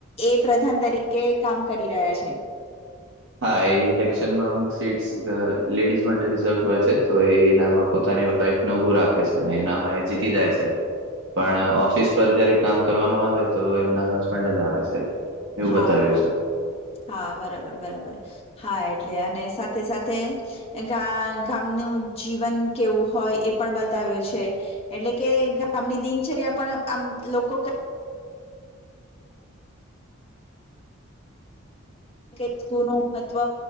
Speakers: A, on the left; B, on the right.
A: એ પ્રધાન તરીકે કામ કરી રહ્યા છે.
B: હા, એ ઇલેક્શન માં અમુક સીટ્સ અ.. લેડીસ માટેની જરૂર હોય છે, તો એ એનામાં પોતાની વાઈફને ઉભું રાખે છે. અને એનામાં એ જીતી જાય છે, પણ
A: હમ
B: ઓફિસ પર જયારે કામ કરવાનું આવે, તો એમના હસબન્ડ જ આવે છે. એવું
A: હા..
B: બતાવ્યું
A: હા..
B: છે.
A: હા, બરાબર-બરાબર હા, એટલે અને સાથે-સાથે ગા, ગામનું જીવન કેવું હોય, એ પણ બતાવ્યું છે. એટલે કે ગામની દિનચર્યા પણ આમ લોકો કઈ જૂનું મહત્વ